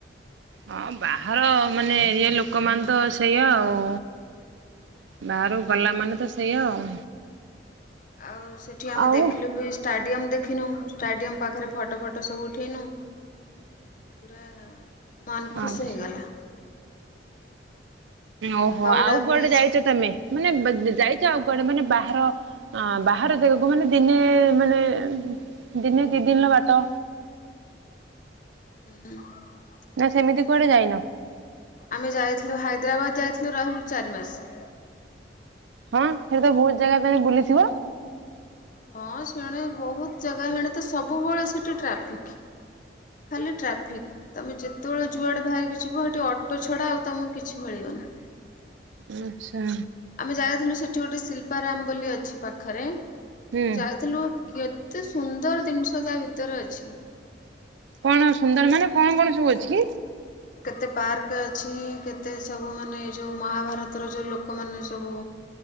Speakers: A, on the right; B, on the left.
A: ହଁ ବାହାର ମାନେ ଏରିଆ ଲୋକମାନେ ତ ସେଇଆ ଆଉ ବାହହାରକୁ ଗଲା ମାନେ ତ ସେଆ ଆଉ।
B: ଆଉ ସେଠି ଆମେ
A: ଆଉ
B: ଦେଖିଲୁ ବି ଷ୍ଟାଡିୟମ ଦେଖ ଦକ୍ଷିଣ ଷ୍ଟାଡିୟ ପାଖରେ ଫଟୋ ଫଟ ଫଟ ସବୁ ଉଠେଇନୁ ପୁରା ମନ ଖୁସ
A: ଆଉ
B: ହେଇଗଲା।
A: ଓହୋ
B: ହାଉଡା
A: ଆଉ
B: ବ୍ରିଜ
A: କୁଆଡେ ଯାଇଛ ତମେ ମାନେ ବ ଯାଇଛ ଆଉ କଆଡୋନେ ବା ବାହାର ବାହାର ଜାଗାକୁ ମାନେ ଦିନେ ମାନେ ଦିନେ ଦି ଦିନର ବାଟ
B: ହୁଁ
A: ନା ସେମିତି
B: ଦିନେ
A: କୁଆଡେ
B: ଦିନେ
A: ଯାଇନ?
B: ଆମେ ଯାଇଥିଲୁଇ ହାଇଦ୍ରାବାଦ ଯାୟତ ନୁ ରହିଲୁ ଚାରି ମାସ
A: ହଁ ସେଟ ତ ବହୁତ ଜାଗା ତମେ ବୁଲିଥିବ।
B: ହଁ ସେଣେ ବହୁତ ଜାଗା ହେଣେ ତ ସବୁବେଳେ ସେଠି ଟ୍ରାଫିକ ଖାଲି ଟ୍ରାଫିକ ତମେ ଯେତେବେଳେ ଯୁଆଡେ ବାହାରିକି ଯିବ ସେଠି ଅଟୋ ଛଡା ଆଉ ତମକୁ କିଛି ମିଳିବନି
A: ଆଛା
B: ଆମେ ଯାଇଥିଲୁ ସେଠି ଗୋଟେ ଶିଳ୍ପାରାମ୍ବ ଅଛି ପାଖରେ
A: ହୁଁ
B: ଯାଇଥିଲୁ। କେତେ ସୁନ୍ଦର ଜିନିଷ ତା ଭିତରେ ଅଛି।
A: କଣ ସୁନ୍ଦର ମାନେ କଣ କଣ ସବୁ ଅଛି କି?
B: କେତେ ପାର୍କ ଅଛି କେତେ ସବୁ ମାନେ ଯେଉଁ ମହାଭାରତର ଯେଉଁ ଲୋକମାନେ ସବୁ